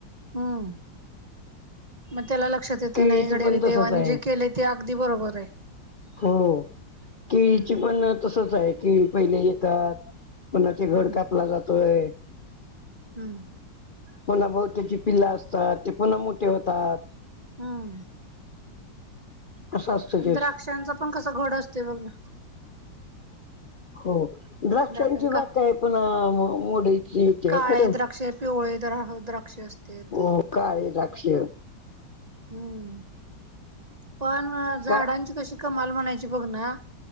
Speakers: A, on the right (about 35°); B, on the left (about 70°).
A: हम्म. मग त्याला लक्षात येतये
B: केळीच
A: नाही गड्या
B: पण तसच
A: देवानी
B: आहे
A: जे केलय - ते अगदी बरोबर आहे.
B: हो. केळीची
A: हम्म
B: पण तसच आहे. केळी पहिले येतात- कोणाचे घड
A: हम्म
B: कापला जातोय.
A: हम्म
B: पुन्हा बहुतेची पिल्ल असतात. ते पुन्हा मोठे होतात.
A: हम्.
B: असं असतं तेच
A: न द्राक्षांचा पण कसा घड असतोय बघ ना.
B: हो. द्राक्षांची
A: द्राक्षां
B: बाग
A: का
B: काय पुन्हा मोडीची. येते
A: काळे
B: खरं
A: द्राक्षे, पिवळे द्राक्ष असतेत.
B: हो काळी द्राक्ष.
A: हम्म. पण झाडांची
B: का
A: कशी कमाल म्हणायची बघ ना.